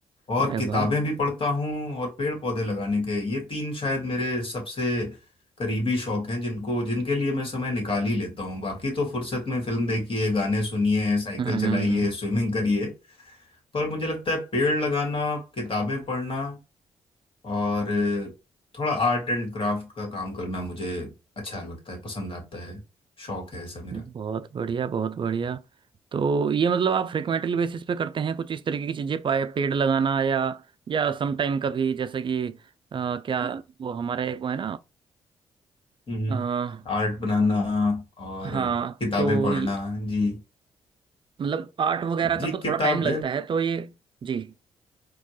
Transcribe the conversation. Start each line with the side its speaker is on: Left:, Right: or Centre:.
Left: और
Right: अरे
Left: किताबें
Right: वाह
Left: भी पढ़ता हूँ और पेड़ पौधे लगाने के ये तीन शायद मेरे सबसे करीबी शौक हैं जिनको जिनके लिए मैं समय निकाल ही लेता हूँ बाकी तो फुर्सत में फिल्म देखिए गाने सुनिए साइकिल
Right: हम्म
Left: चलाइए
Right: हम्म हम्म
Left: स्विमिंग करिए पर मुझे लगता है पेड़ लगाना किताबें पढ़ना और थोड़ा आर्ट एंड क्राफ्ट का काम करना मुझे अच्छा लगता है पसंद आता है शौक है ऐसा मेरा
Right: बहुत बढ़िया बहुत बढ़िया तो ये मतलब आप फ्रिक्वेंटली बेसिस पे करते हैं कुछ इस तरीके की चीज़ें पाए- पेड़ लगाना या या समटाइम कभी जैसे कि अ, क्या हाँ वो हमारे एक वो है
Left: हम्म
Right: ना
Left: आर्ट बनाना और
Right: हाँ
Left: किताबें
Right: तो
Left: पढ़ना
Right: ये-
Left: जी
Right: मतलब आर्ट वगैरह
Left: जी
Right: का तो
Left: किताब
Right: थोड़ा टाइम लगता है तो ये जी